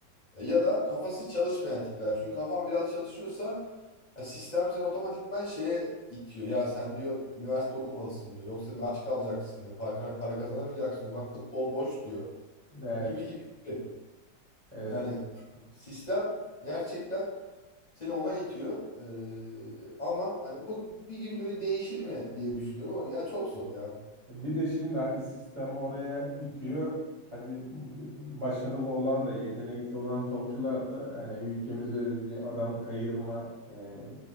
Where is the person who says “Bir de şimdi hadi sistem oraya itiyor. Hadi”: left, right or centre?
Right